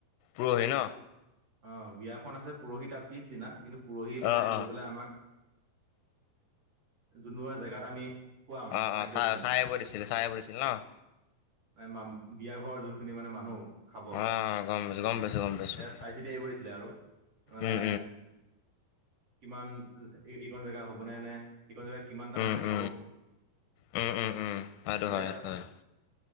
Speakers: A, on the left; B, on the right.
A: পুৰহি ন'।
B: অ' বিয়াখন আছে পুৰহি তাৰ পিছদিনা কিন্তু পুৰহি মানে
A: অঁ অঁ
B: গৈ পেলাই আমাক যোনবা জেগাত আমি খুৱাম
A: অ',
B: খাদ্যখিনি
A: অ', চা চাই আহিব দিছিলে চাই আহিব দিছিল ন'।
B: এ, মম বিয়া ঘৰৰ যোনখিনি মানে মানুহ খাব।
A: অঁ গম পাইছোঁ গম পাইছোঁ গম পাইছোঁ
B: এ, চাই চিতি আহিব দিছিলে আৰু মানে
A: উম
B: কিমান ইকন জেগা হ'বনে নে ইকন জেগাত কিমানটা
A: উম
B: মানুহে খা
A: উম, উম, উম, সেইটো
B: সেয়াই
A: হয়
B: আৰু
A: সেইটো হয়।